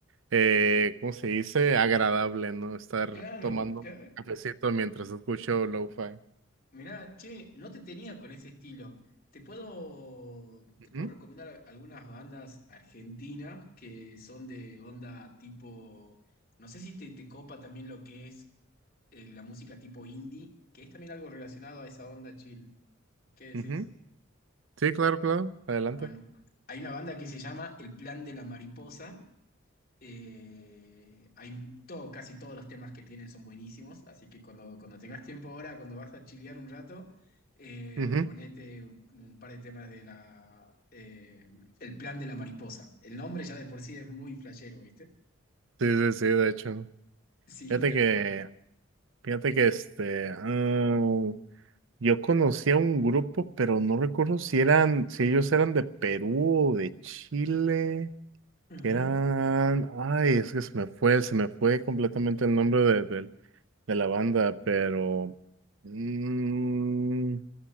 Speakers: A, on the right (about 70°); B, on the left (about 45°).
A: eh, ¿cómo se dice? Agradable, ¿no? Estar
B: claro,
A: tomando
B: claro.
A: cafecito mientras escucho lo-fi.
B: Mirá, che, no te tenía con ese estilo. Te puedo,
A: Ujú,
B: te puedo recomendar a- algunas bandas argentinas que son de onda tipo, no sé si te, te copa también lo que es eh, la música tipo indie, que es también algo relacionado a esa onda chill. ¿Qué
A: ujú.
B: decís?
A: Sí, claro, claro, adelante.
B: Bueno, hay una banda que se llama El Plan de la Mariposa. eh, hay todo, casi todos los temas que tienen son buenísimos, así que cuando, cuando tengas tiempo ahora, cuando vas a chilear un rato, eh,
A: Ujú.
B: ponete un, un par de temas de la eh, El Plan de la Mariposa. El nombre ya de por sí es muy flashero, ¿viste?
A: Sí, sí, sí, de hecho.
B: Sí,
A: Fíjate
B: tal
A: que,
B: cual.
A: fíjate que este, ah, Yo conocía un grupo, pero no recuerdo si eran, si ellos eran de Perú o de Chile,
B: Ujú.
A: que eran, ay, es que se me fue, se me fue completamente el nombre de, de- de la banda, pero, mm,